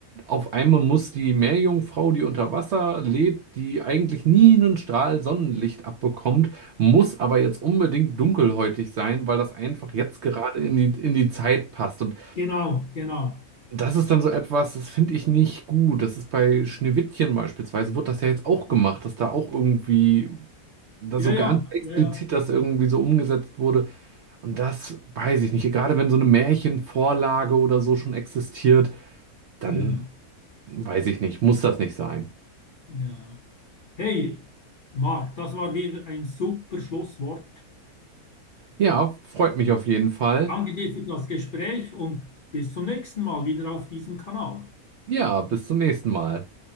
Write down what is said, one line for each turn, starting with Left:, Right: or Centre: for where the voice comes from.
Right: auf einmal muss die Meerjungfrau, die unter Wasser lebt, die eigentlich nie einen Strahl Sonnenlicht abbekommt, muss aber jetzt unbedingt dunkelhäutig sein, weil das einfach jetzt gerade in die, in die Zeit passt. Und
Left: genau, genau.
Right: das ist dann so etwas, das finde ich nicht gut. Das ist bei Schneewittchen beispielsweise, wird das ja jetzt auch gemacht, dass da auch irgendwie, da
Left: Ja,
Right: so
Left: ja,
Right: ganz explizit
Left: ja, ja,
Right: das irgendwie so umgesetzt wurde und das weiß ich nicht. Gerade wenn so eine Märchenvorlage oder so schon existiert, dann
Left: ja, ja.
Right: weiß ich nicht, muss das nicht sein.
Left: ja, ja. Hey, Marc, das war wieder ein super Schlusswort.
Right: Ja, freut mich auf jeden Fall.
Left: Danke dir für das Gespräch und bis zum nächsten Mal wieder auf diesem Kanal.
Right: Ja, bis zum nächsten Mal.